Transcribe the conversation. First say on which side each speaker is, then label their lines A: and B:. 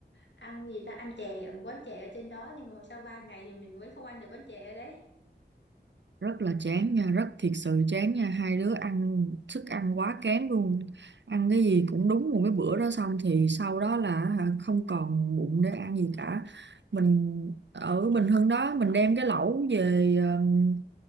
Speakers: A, on the left; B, on the right.
A: ăn gì ta ăn chè ở một quán chè ở trên đó nhưng mà sau 3 ngày thì mình mới không ăn được quán chè ở đấy
B: rất là chán nha rất thiệt sự chán nha hai đứa ăn thức ăn quá kém luôn ăn cái gì cũng đúng một cái bữa đó xong thì sau đó là hả, không còn bụng để ăn gì cả mình ở Bình Hưng đó mình đem cái lẩu về um,